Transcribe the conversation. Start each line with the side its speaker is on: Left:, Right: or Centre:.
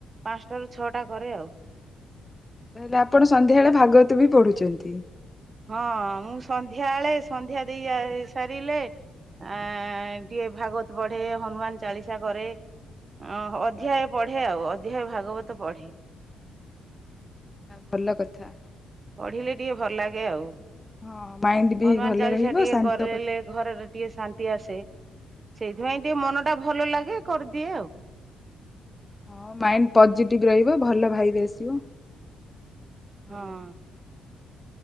Right: ପାଞ୍ଚଟା ର ଛଅଟା କରେ ଆଉ।
Left: ତାହେଲେ ଆପଣ ସନ୍ଧ୍ୟାବେଳେ ଭାଗବତ ବି ପଢୁଛନ୍ତି?
Right: ହଁ ମୁଁ ସନ୍ଧ୍ୟା ଆଳେ ସନ୍ଧ୍ୟା ଦେଇ ସାରିଲେ ଆ ଟିକେ ଭାଗବତ ପଢେ, ହନୁମାନ ଚାଳିଶା କରେ। ଓ ଅଧ୍ୟାୟ ପଢେ ଆଉ ଅଧ୍ୟାୟ ଭାଗବତ ପଢେ।
Left: ଭଲ କଥା।
Right: ପଢିଲେ ଟିକେ ଭଲ ଲାଗେ ଆଉ
Left: ହଁ ମାଇଣ୍ଡ ବି
Right: ହନୁମାନ
Left: ଭଲ
Right: ଚାଳିଶା
Left: ରହିବ
Right: ଟିକେ
Left: ଶାନ୍ତ
Right: କରିଲେ
Left: କରି
Right: ଘରେରେ ଟିକେ ଶାନ୍ତି ଆସେ ସେଇଥିପାଇଁ ଟିକେ ମନ ଟା ଭଲ ଲାଗେ କରିଦିଏ ଆଉ।
Left: ହଁ ମାଇଣ୍ଡ ପଜିଟିଭ ରହିବ ଭଲ ଭାଇଵ୍ ଆସିବ। ଭଲ
Right: ହଁ।